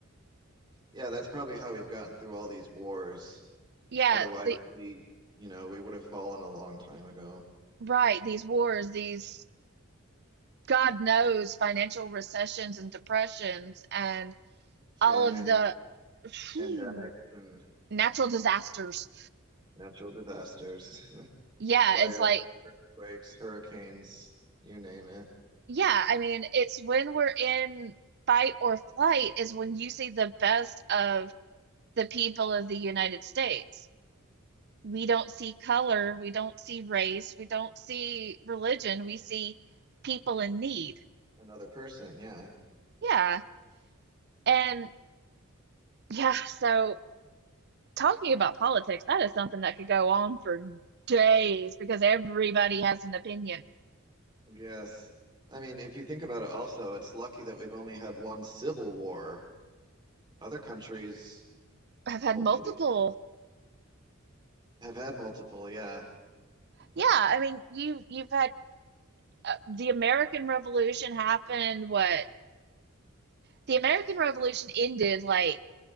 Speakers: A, on the right; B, on the right.
A: Yeah, that's probably how we've gotten through all these wars.
B: Yeah,
A: Otherwise,
B: the
A: we, you know, we would have fallen a long time ago.
B: right, these wars, these God knows financial recessions and depressions and
A: Famine,
B: all of the <sighs> phew,
A: pandemics, and
B: natural disasters.
A: natural disasters, <laughs>
B: Yeah,
A: fires,
B: it's like,
A: earthquakes, hurricanes, you name it.
B: yeah, I mean, it's when we're in fight or flight is when you see the best of the people of the United States. we don't see color, we don't see race, we don't see religion, we see people in need.
A: Another person, yeah.
B: Yeah. And yeah, so talking about politics, that is something that could go on for days because everybody has an opinion.
A: Yes. I mean, if you think about it also, it's lucky that we've only had one civil war. Other countries,
B: I've had
A: well,
B: multiple.
A: maybe have had multiple, yeah.
B: Yeah, I mean, you you've had uh, the American Revolution happened, what? The American Revolution ended like